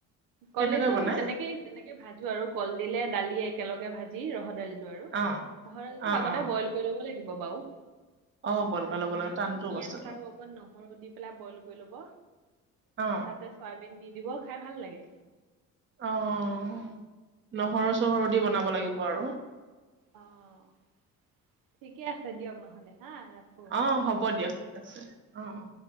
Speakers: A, on the right; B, on the right.
A: কলডিলটো
B: কেনেকৈ বনাই
A: তেনেকেই যেনেকে ভাজো আৰু কলডিলে দালিয়ে একেলগে ভাজি ৰহৰ দালিটো আৰু।
B: অ
A: ৰহৰ দালিটো
B: অ
A: আগতে
B: অ
A: বইল কৰি ল'ব লাগিব বাৰু।
B: অ বলকৈ ল'ব
A: সেনেকে
B: লাগে টানটো
A: অকন পিয়াজ
B: বস্তুটো
A: আৰু অকন নহৰু দি পেলাই বইল কৰি ল'ব।
B: অ
A: তাতে চয়াবিন দি দিব, খাই ভাল লাগে।
B: অ', নহৰু- চহৰু দি বনাব লাগিব আৰু।
A: অ'। ঠিকে আছে দিয়ক নহ'লে হাঁ ৰাখোঁ
B: অ
A: পিছত
B: হ'ব
A: ফোন
B: দিয়ক
A: কৰিম
B: ঠিক আছে অ অ
A: উম।